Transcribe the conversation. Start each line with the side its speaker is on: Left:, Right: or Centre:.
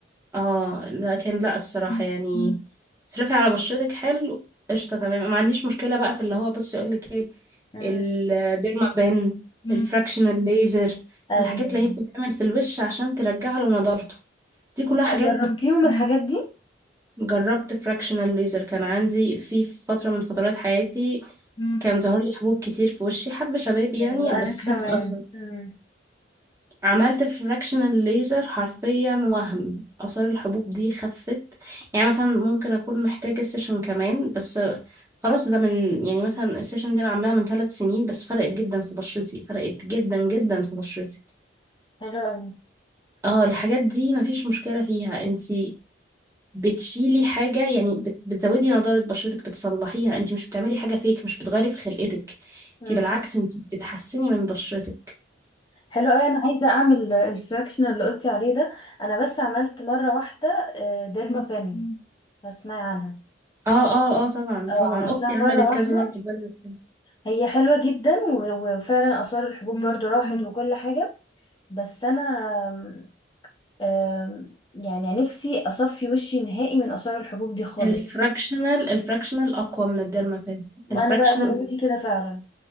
Right: اه لكن لا الصراحة
Left: مم.
Right: يعني
Left: مم.
Right: اصرفي على بشرتك حلو قشطة تمام ما عنديش مشكلة بقى في اللي هو بصي اقول لك ايه
Left: مم.
Right: الديرما بان
Left: مم.
Right: الفراكشنال ليزر
Left: ايوه
Right: الحاجات اللي هي بتتعمل في الوش عشان ترجع له نضارته دي كلها حاجات
Left: جربتيهم مم. الحاجات دي
Right: جربت فراكشنال ليزر كان عندي في فترة من فترات حياتي
Left: مم.
Right: كان ظهر لي حبوب كتير في وشي حب شباب يعني
Left: ايوه
Right: بس
Left: انا كمان
Right: ساب أثر
Left: مم.
Right: عملت فراكشنال ليزر حرفيا وهم آثار الحبوب دي خفت يعني مثلا ممكن أكون محتاجة سيشن كمان بس خلاص ده من يعني مثلا السيشن دي أنا عاملاها من ثلاث سنين بس فرقت جدا في بشرتي فرقت جدا جدا في بشرتي
Left: حلو
Right: اه الحاجات دي مفيش مشكلة فيها انتي بتشيلي حاجة يعني بت- بتزودي نضارة بشرتك بتصلحيها انتي مش بتعملي حاجة فيك مش بتغيري في خلقتك انتي
Left: قوي
Right: بالعكس انتي بتحسني من بشرتك
Left: حلو قوي انا عايزه اعمل الفراكشن اللي قلتي عليه ده انا بس عملت مره واحده آه، ديرما بن هتسمعي عنها
Right: اه اه اه طبعا
Left: اه
Right: طبعا
Left: عملتها
Right: اختي
Left: مره
Right: عملت
Left: واحده
Right: كذا مره الديرما بان
Left: وهي حلوه جدا و- وفعلا اثار الحبوب برضو راحت وكل حاجه بس انا آم، آم، يعني نفسي اصفي وشي نهائي من اثار الحبوب دي خالص
Right: الفراكشنال الفراكشنال اقوى من الديرما بان
Left: ما
Right: الفراكشنال
Left: انا بقى بيقولوا لي كده فعلا